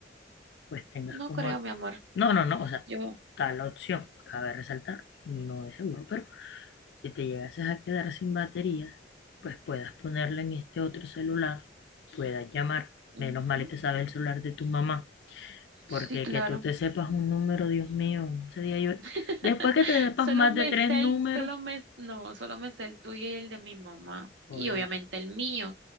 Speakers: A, on the left; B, on the right.
A: pues tengas
B: No
A: como...
B: creo, mi amor,
A: No, no, no, o sea,
B: yo...
A: tal opción, cabe resaltar, no es seguro, pero si te llegases a quedar sin batería, pues puedas ponerla en este otro celular, puedas llamar,
B: ujú.
A: menos mal y te sabe el celular de tu mamá
B: Sí,
A: Porque
B: claro.
A: que tú te sepas un número, Dios mío, ese día yo...
B: <laughs>
A: Después que te sepas
B: Solo
A: más
B: me
A: de tres
B: sé
A: números,
B: el, solo me, no, solo me sé el tuyo y el de mi mamá.
A: por
B: Y
A: eso,
B: obviamente el mío,